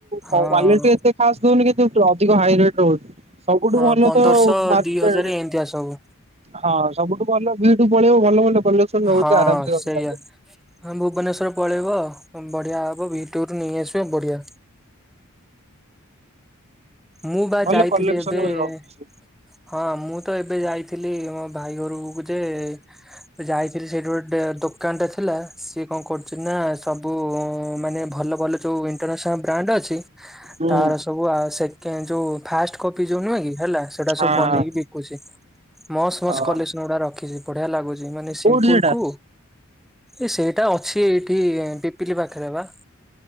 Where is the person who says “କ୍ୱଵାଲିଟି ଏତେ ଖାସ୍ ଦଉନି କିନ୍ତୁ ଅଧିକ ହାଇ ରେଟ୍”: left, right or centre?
Right